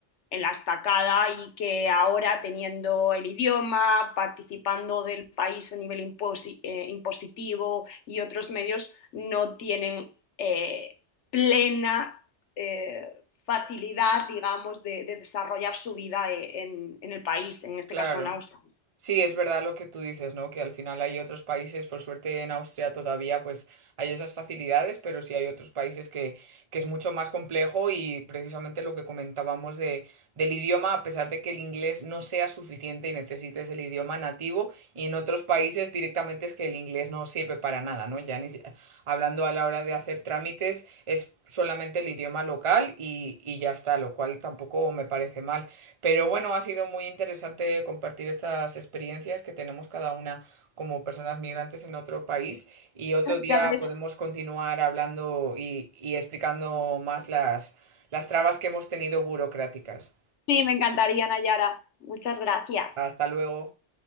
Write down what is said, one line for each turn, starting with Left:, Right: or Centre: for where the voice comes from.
Left: en la estacada y que ahora teniendo el idioma, participando del país a nivel imposi- eh, impositivo y otros medios, no tienen eh, plena eh, facilidad, digamos, de, de, desarrollar su vida eh, en, en, el país, en este
Right: claro.
Left: caso en Austria.
Right: Sí, es verdad lo que tú dices, ¿no? Que al final hay otros países, por suerte en Austria todavía pues hay esas facilidades, pero sí hay otros países que, que es mucho más complejo y precisamente lo que comentábamos de, del idioma, a pesar de que el inglés no sea suficiente y necesites el idioma nativo, y en otros países directamente es que el inglés no sirve para nada, ¿no? Ya ni si- hablando a la hora de hacer trámites es solamente el idioma local y, y ya está, lo cual tampoco me parece mal. Pero bueno, ha sido muy interesante compartir estas experiencias que tenemos cada una como personas migrantes en otro país y otro día
Left: Ya ves.
Right: podemos continuar hablando y, y explicando más las, las trabas que hemos tenido burocráticas.
Left: Sí, me encantaría, Nayara. Muchas gracias.
Right: Hasta luego.